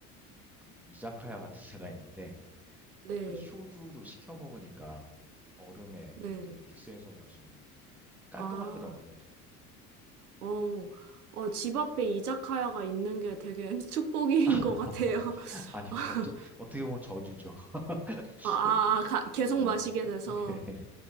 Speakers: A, in the centre; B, on the right.
A: 그 이자카야 같은 <laughs> 데가 있는데,
B: 네.
A: 그 소주로 시켜 먹으니까 얼음에
B: 네네.
A: 이렇게 믹스해서 마시면 깔끔하더라고요,
B: 아,
A: 되게.
B: 어. 어, 집 앞에 이자카야가 있는 게 되게 <laughs> 축복인
A: <laughs>
B: 것 같아요. <laughs>
A: 아니요,
B: 아,
A: 어쩌, 어떻게 보면 저주죠. <laughs>
B: 아, 아, 가- 계속
A: 너무,
B: 마시게 돼서.
A: 예.